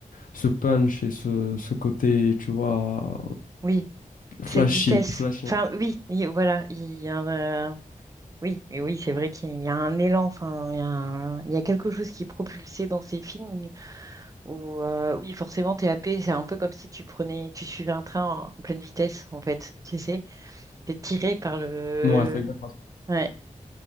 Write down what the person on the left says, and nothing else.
ce punch et ce, ce côté, tu vois,
flashy,
flashy.
hein.
Ouais, c'est exactement ça.